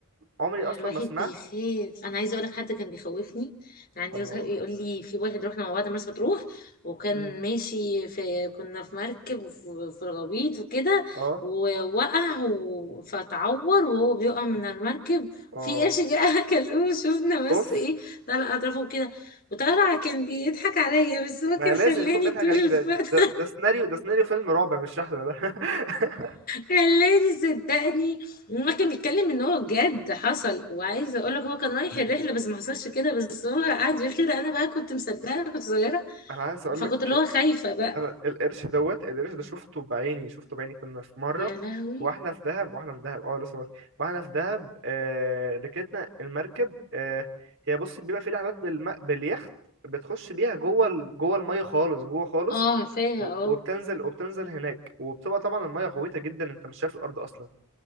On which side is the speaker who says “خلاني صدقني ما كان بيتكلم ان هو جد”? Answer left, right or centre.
Left